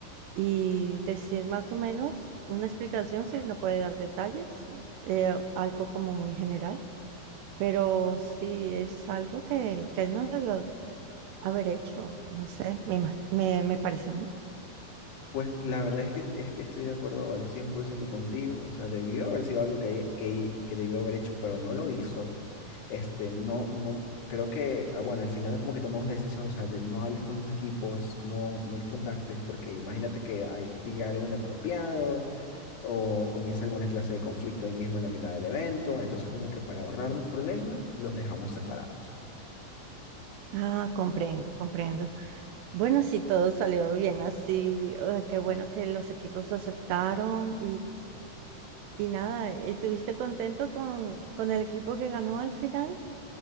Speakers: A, on the right; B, on the left.
A: y decir más o menos una explicación si no puede dar detalles, eh, algo como muy general, pero sí es algo que, que él no debió haber hecho, no sé, me, ima- me, me parece a mí.
B: Pues la verdad es que, es que estoy de acuerdo al 100% contigo, o sea, debió haber sido algo que, hay- que, que debió haber hecho, pero no lo hizo. Este, no, no, creo que, ah, bueno, al final como que tomamos la decisión, o sea, de no hables con los equipos, no, no los contactes, porque imagínate que hay- diga algo inapropiado o comienza alguna clase de conflicto ahí mismo en la mitad del evento, entonces como que para ahorrarnos problemas, los dejamos separados.
A: Ah, comprendo, comprendo. Bueno, sí, todo salió bien así. ah, qué bueno que los equipos lo aceptaron Y nada, ¿estuviste contento con, con el equipo que ganó al final?